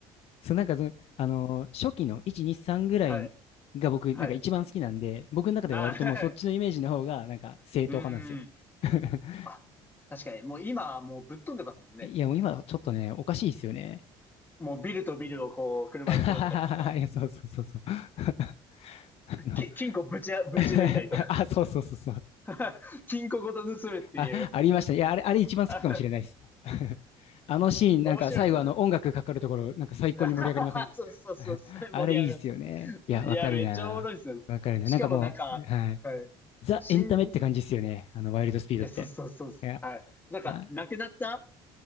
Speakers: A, on the left (about 60°); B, on the left (about 15°).
A: そう、なんかその、あのー、初期の1、2、3ぐらいが僕、
B: はい、はい。
A: なんか一番好きなんで、僕の中では割ともうそっちのイメージの方が、
B: な、<laughs>
A: なんか正統派なんですよ。
B: うーん。
A: <laughs>
B: あ、確かに、もう今はもうぶっ飛んでますもんね。
A: いや、もう今ちょっとね、おかしいですよね。
B: もうビルとビルをこう、車で越えたりとか、
A: <laughs> いや、そうそうそうそう。<laughs> あの
B: き、金庫ぶちあ、ぶち抜いたりとか。
A: <laughs> あ、そうそうそうそう。
B: <laughs> 金庫ごと盗むっていう。
A: あ、ありました。いや、あれ、あれ一番好きかもしれないです。
B: <laughs> 面
A: <laughs> あのシーン、なんか最後あの音楽かかるところ、
B: 白いですよね。
A: なんか最高に盛り上がりません
B: <laughs> そうそうそう、
A: <laughs> あれいいっすよね。
B: 盛り上がるやつ。
A: いや、
B: いや、
A: わかるな。
B: めっちゃおもろいですよね。
A: わかるな。
B: しかもなんか、
A: なんかもう、はい。
B: はい。
A: ザ・
B: 新、
A: エンタメって感じっすよね。あの、ワイルドスピードって。
B: え、そうそうそう、
A: いや、
B: はい。なんか、
A: あ、
B: 亡くなった